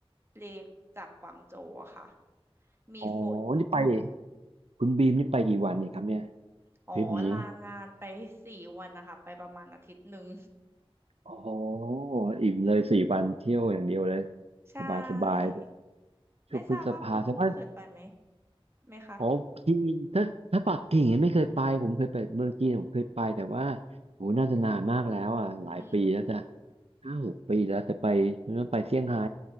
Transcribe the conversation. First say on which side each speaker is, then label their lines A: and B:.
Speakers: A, on the right; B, on the right.
A: เลจากกวางโจวอะค่ะมีฝน
B: โอ้นี่ไปคุณบีมนี่ไปกี่วันเนี่ยครับเนี่ย
A: อ๋อลางานไปสี่วันนะคะไปประมาณอาทิตย์หนึ่ง
B: ทริปนี้โอ้โหอิ่มเลยสี่วันเที่ยวอย่างเดียวเลย
A: <laughs> ใช่
B: สบายสบายเลยช่วงพฤษภาใช่ไหม
A: ไม่ทราบว่าคุณคุ้งเคยไปไหมไหมคะ
B: อ๋อจีนถ้าถ้าปักกิ่งยังไม่เคยไปผมเคยไปเมืองจีนผมเคยไปแต่ว่าโหน่าจะนานมากแล้วอ่ะหลายปีแล้วจะ
A: อืม
B: ห้าหกปีแล้วแต่ไปนั่นไปเซี่ยงไฮ้